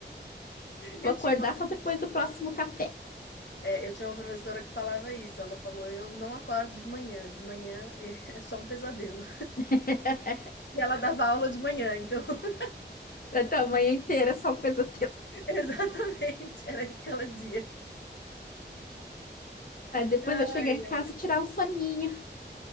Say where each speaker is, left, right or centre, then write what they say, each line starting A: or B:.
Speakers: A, on the left (about 50°); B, on the left (about 85°).
A: vou
B: Eu
A: acordar
B: tinha uma professora.
A: só depois do próximo café.
B: É, eu tinha uma professora que falava isso, ela falou: "Eu não acordo de manhã, de manhã <laughs> é só um pesadelo".
A: <laughs>
B: E ela dava aula de manhã, então <laughs>
A: Então, a manhã inteira é só um pesadelo.
B: exatamente, era isso que ela dizia.
A: Aí depois
B: Ai,
A: eu chegar em casa
B: ai.
A: e tirar um soninho.